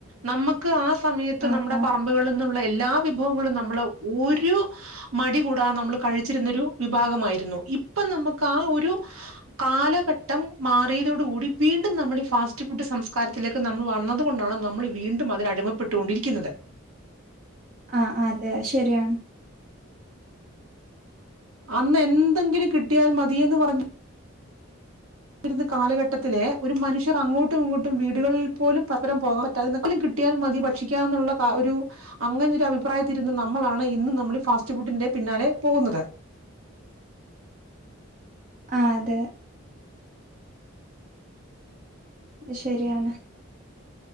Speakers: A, on the right; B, on the right.
A: നമുക്ക് ആ സമയത്ത്
B: ആഹ്
A: നമ്മുടെ
B: ആഹ്
A: പറമ്പുകളിൽ നി എല്ലാ വിഭവങ്ങളും നമ്മള് ഒരു മടി കൂടാതെ നമ്മൾ കഴിച്ചിരുന്ന ഒരു വിഭാഗമായിരുന്നു ഇപ്പൊ നമുക്ക് ആ ഒരു കാലഘട്ടം മാറിയതോടുകൂടി വീണ്ടും നമ്മൾ ഈ ഫാസ്റ്റ് ഫുഡ് സംസ്കാരത്തിലേക്ക് നമ്മൾ വന്നത് കൊണ്ടാണ് നമ്മൾ വീണ്ടും അതിനടിമപ്പെട്ടുകൊണ്ടിരിക്കുന്നത്
B: ആ അതെ ശരിയാണ്
A: അന്ന് എന്തെങ്കിലും കിട്ടിയാൽ മതിയന്ന് പറഞ്ഞ രുന്ന കാലഘട്ടത്തിലെ ഒരു മനുഷ്യർ അങ്ങോട്ടും ഇങ്ങോട്ടും വീടുകളിൽ പോലും പസ്പരം പോകാ പറ്റാതിക്കലും കി കട്ടിയാൽ മതി ഭക്ഷിക്കാന്നു ള്ള ഒരു അങ്ങനൊ ഒരു അഭിപ്രായത്തിരുന്ന നമ്മളാണ് ഇന്ന് നമ്മൾ ഫാസ്റ്റ് ഫുഡിന്റെ ഫുഡിന്റെ പിന്നാലെ പോകുന്നത്
B: ആ അതെ ശരിയാണ്